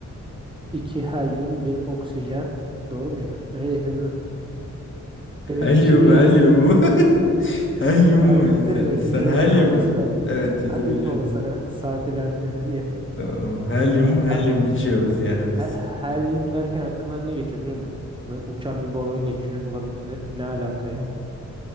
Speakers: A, on the right (about 15°); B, on the left (about 40°).
A: 2 helyum, bir oksijen. Doğru mu ya? Öyle değil mi? Benim
B: Helyum,
A: kimya
B: helyum mu? <laughs> Helyum
A: helyum
B: mu
A: değil
B: sen?
A: de
B: Sen
A: hidrojen
B: helyum
A: olması
B: mu?
A: lazım.
B: Evet, hidrojen.
A: Ben dedim ama sana saat ilerledi diye.
B: Tamam. Helyum, helyum
A: A-
B: içiyoruz yani biz.
A: he- Helyum derken aklımdan ne geçiyor biliyor musun? Ve uçan bir balon geçiyor. Ulan dedim, ne, ne alaka ya?